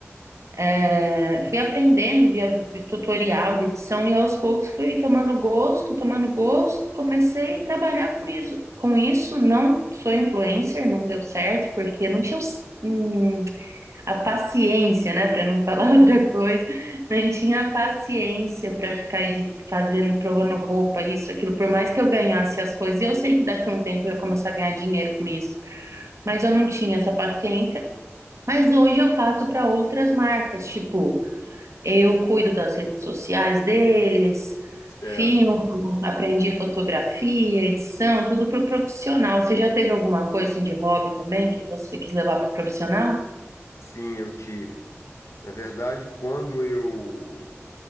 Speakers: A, on the right; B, on the left.
A: É, fui aprendendo via tutorial de edição e aos poucos fui tomando gosto, tomando gosto, comecei a trabalhar com isso. Com isso, não sou influencer, não deu certo, porque não tinha os- hum, a paciência, né, para não falar <laughs> outra coisa, não tinha a paciência para ficar edi- fazendo, provando roupa, isso, aquilo, por mais que eu ganhasse as coisas, e eu sei que daqui a um tempo eu ia começar a ganhar dinheiro com isso, mas eu não tinha essa paciência. Mas hoje eu faço para outras marcas, tipo. Eu cuido das redes sociais deles,
B: Certo.
A: filmo, aprendi fotografia, edição, tudo para o profissional. Você já teve alguma coisa assim de hobby também que você quis levar para o profissional?
B: Sim, eu tive. Na verdade, quando eu,